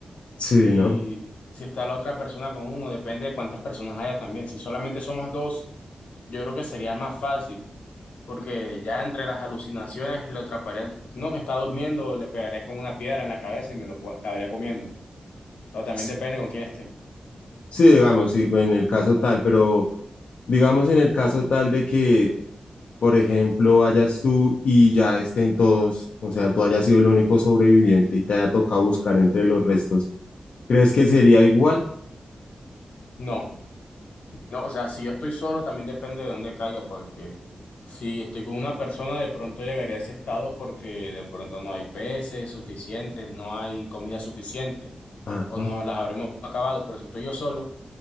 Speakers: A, on the left (about 65°); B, on the left (about 85°).
A: Sí,
B: Y
A: ¿no?
B: si está la otra persona con uno, depende de cuántas personas haya también. Si solamente somos dos, yo creo que sería más fácil, porque ya entre las alucinaciones lo atraparía. No que está durmiendo, le pegaría con una piedra en la cabeza y me lo co- acabaría comiendo. Pero también
A: Sí,
B: depende con quién esté.
A: Sí, digamos, sí, en el caso tal, pero digamos en el caso tal de que, por ejemplo, vayas tú y ya estén todos, o sea, tú hayas sido el único sobreviviente y te haya tocado buscar entre los restos, ¿crees que sería igual?
B: No. No, o sea, si yo estoy solo, también depende de dónde caiga, porque si estoy con una persona, de pronto llegaría a ese estado porque de pronto no hay peces suficientes, no hay comida suficiente,
A: Ajá,
B: o no las habremos acabado. Pero si estoy yo solo,